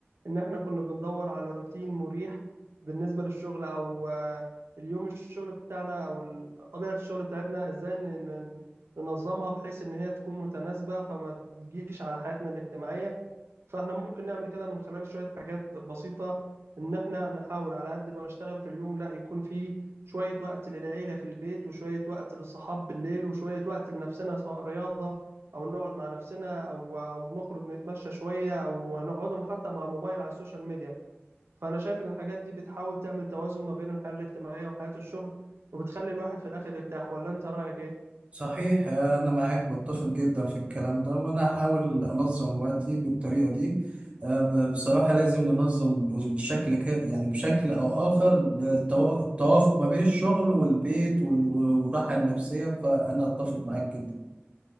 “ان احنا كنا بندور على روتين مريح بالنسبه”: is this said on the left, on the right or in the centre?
Right